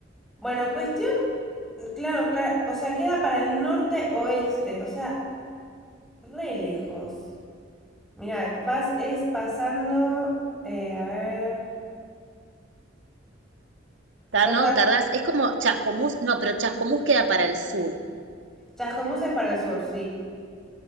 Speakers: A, in the centre; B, on the right.
A: Bueno, cuestión, claro, claro, o sea, queda para el norte oeste, o sea, re lejos. Mirá, Paz es pasando, eh, a ver,
B: Ta-
A: o
B: No,
A: sea,
B: tardás, es como Chascomús, no, pero Chascomús queda para el sur.
A: Chascomús es para el sur, sí.